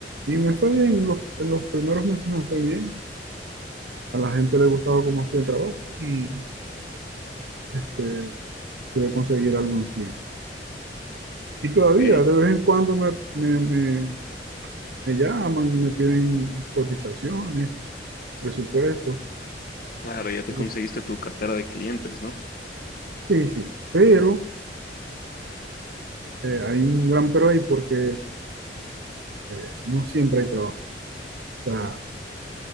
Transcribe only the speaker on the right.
y me fue bien, en los, en los primeros meses me fue bien, a la gente le gustaba cómo hacía el trabajo y este, pude conseguir algunos clientes. Y todavía,
de vez en cuando me, me, me- me llaman y me piden cotizaciones, presupuestos.
Y-
Sí, sí, pero eh, hay un gran pero ahí porque eh, no siempre hay trabajo. O sea,